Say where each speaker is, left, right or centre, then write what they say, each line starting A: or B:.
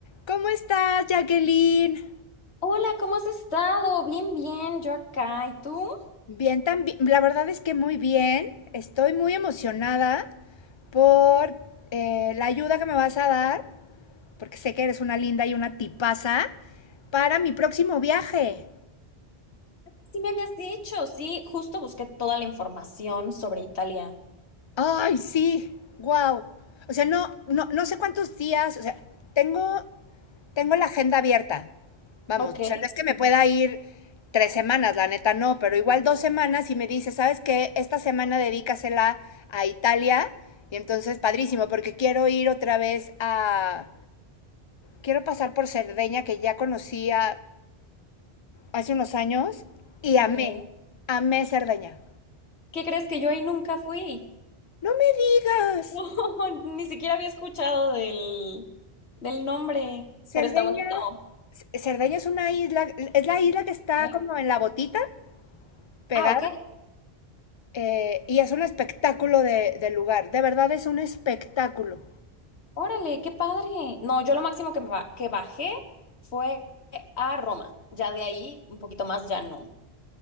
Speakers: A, on the left; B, on the left.
A: ¿Cómo estás, Jacqueline?
B: Hola, ¿cómo has estado? Bien, bien, yo acá. ¿Y tú?
A: Bien, también. La verdad es que muy bien. Estoy muy emocionada por eh, la ayuda que me vas a dar, porque sé que eres una linda y una tipaza, para mi próximo viaje.
B: Sí me habías dicho, sí, justo busqué toda la información sobre Italia.
A: Ay, sí, wow. O sea, no, no, no sé cuántos días, o sea, tengo Tengo la agenda abierta. Vamos,
B: Ok,
A: o sea, no es que me pueda ir tres semanas, la neta no, pero igual dos semanas y me dice, ¿sabes qué? Esta semana dedícasela a Italia y entonces padrísimo, porque quiero ir otra vez a... Quiero pasar por Cerdeña, que ya conocía hace unos años, y
B: ok.
A: amé, amé Cerdeña.
B: ¿Qué crees que yo ahí nunca fui?
A: No me digas,
B: <laughs> No, ni siquiera había escuchado del, del nombre,
A: Cerdeña,
B: pero está bonito.
A: Cerdeña es una isla, es la isla que está
B: ¿eh?
A: como en la botita, pegada.
B: Ah, ok.
A: Eh, y es un espectáculo de, de lugar. De verdad es un espectáculo.
B: Órale, qué padre. No, yo lo máximo que, me ba- que bajé fue a Roma. Ya de ahí, un poquito más, ya no.